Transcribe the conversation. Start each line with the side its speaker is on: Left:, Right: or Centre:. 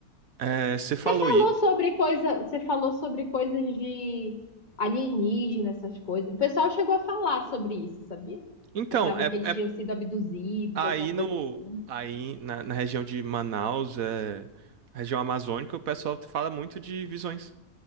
Right: é, você falou
Left: Você falou
Right: aí.
Left: sobre coisa, você falou sobre coisas de alienígena, essas coisas. O pessoal chegou a falar sobre isso, sabia?
Right: Então,
Left: Achava
Right: é,
Left: que eles
Right: é
Left: tinham sido abduzidos,
Right: Aí
Left: alguma coisa
Right: no
Left: assim.
Right: aí na, na região de Manaus, é, região amazônica, o pessoal fala muito de visões.